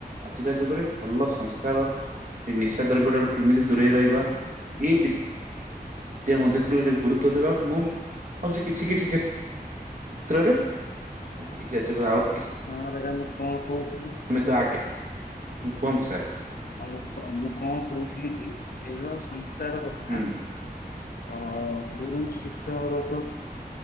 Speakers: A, on the right; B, on the left.
A: ଆଜିକା ଯୁଗରେ ଭଲ ସଂସ୍ କାର, ଏଇ ନିଶା ଦ୍ରବ୍ୟ ଠାରୁ କେମିତି ଦୂରେଇ ରହିବା? ଏଇ ବି ଦ୍ୟା ମଧ୍ୟ <unintelligible> ଗୁରୁତ୍ବ ଦେବା ମୁମ୍ ହଉଛି କିଛି କିଛି କ୍ଷେ ତ୍ରରେ। ଆଜିକା ଯୁଗ ଆଉ
B: ସାର୍ ଏଇଟା ମୁଁ କଣ କହୁଥିଲି?
A: ମେ ତୋ ଆଗ୍ ଁ କୁଅନ୍ତୁ ସାର୍।
B: ଆଁ ମୁଁ ମୁଁ କଣ କହୁଥିଲି କି? ଏ ଯୋଉ ସଂସ୍କାର କଥା
A: ହୁଁ
B: ଅ ଗୁରୁ ଶିଷ୍ୟର ତ